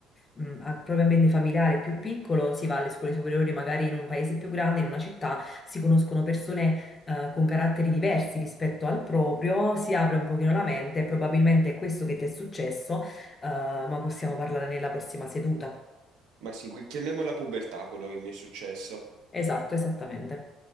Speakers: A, on the left; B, on the right.
A: mh, a- proprio ambiente familiare più piccolo si va alle scuole superiori, magari in un paese più grande, in una città, si conoscono persone eh, con caratteri diversi rispetto al proprio, si apre un pochino la mente, probabilmente è questo che ti è successo, eh, ma possiamo parlare nella prossima seduta.
B: Ma sì, qui- chiamiamola pubertà quello che mi è successo.
A: Esatto, esattamente.